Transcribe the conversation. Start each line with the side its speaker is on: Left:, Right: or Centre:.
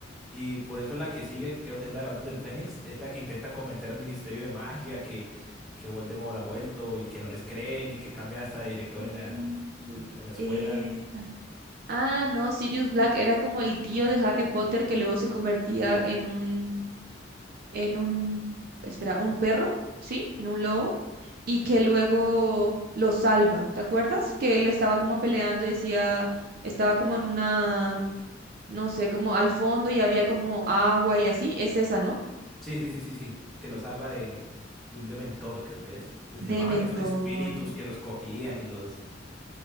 Centre: Y por eso la que sigue, que creo que es la de Orden del Fénix, es la que intentan convencer al Ministerio de Magia que, que Voldemort ha vuelto y que no les creen y que cambian hasta de director
Right: Sí,
Centre: en la, en, en la escuela.
Right: esa. Ah, no, Sirius Black era como el tío de Harry Potter que luego se convertía en un en un, espera, un perro, ¿sí? En un lobo, y que luego lo salva. ¿Te acuerdas? Que él estaba como peleando, y decía, estaba como en una, no sé, como al fondo y había como agua y así. Es esa, ¿no?
Centre: Sí, sí, sí, sí, sí. Que lo salva de, de un dementor, creo que es. Que se llamaban
Right: Dementores.
Centre: estos espíritus que los cogían y los.